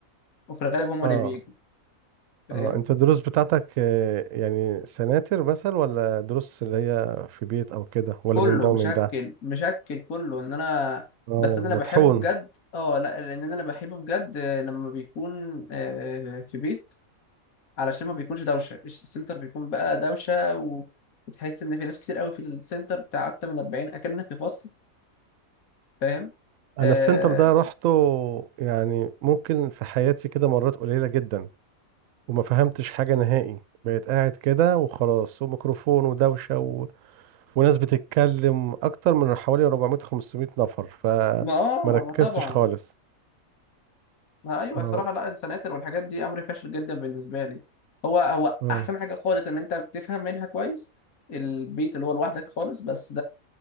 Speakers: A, on the left; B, on the right.
A: وفي الغالب هم
B: اه
A: اللي بيجوا فاهم
B: اه انت الدروس بتاعتك آه، يعني سناتر مثلا ولا دروس اللي هي في بيت او كده ولا
A: كله
B: من ده
A: مشكل
B: ومن ده
A: مشكل كله ان انا
B: اه
A: بس إن انا
B: مطحون
A: بحبه بجد اه لا لان انا بحبه بجد آه، لما بيكون آه في بيت علشان ما بيكونش دوشه السنتر بيكون بقى دوشه وبتحس ان في ناس كتير قوي في السنتر بتاع اكتر من 40 اكنك في فصل فاهم
B: انا
A: آه
B: السنتر ده رحته يعني ممكن في حياتي كده مرات قليلة جدا وما فهمتش حاجة نهائي بقيت قاعد كده وخلاص وميكروفون ودوشة و... وناس بتتكلم أكتر من حوالي 400 500 نفر فما
A: ما
B: ركزتش
A: اه ما طبعا
B: خالص
A: ما ايوه
B: اه
A: صراحه لا السناتر والحاجات دي امر فاشل جدا بالنسبه لي هو هو
B: اه
A: احسن حاجه خالص ان انت بتفهم منها كويس البيت اللي هو لوحدك خالص بس